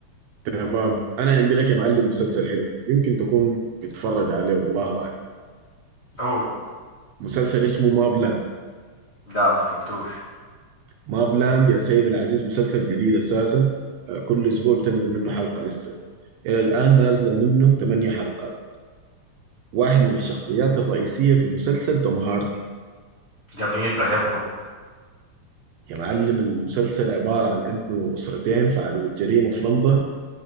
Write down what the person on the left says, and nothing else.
قول
لا ما شفتوش
جميل بحبه